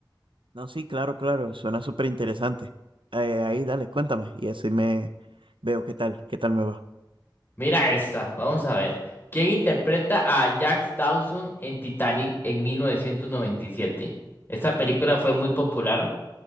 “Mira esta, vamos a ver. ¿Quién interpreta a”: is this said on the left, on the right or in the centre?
Left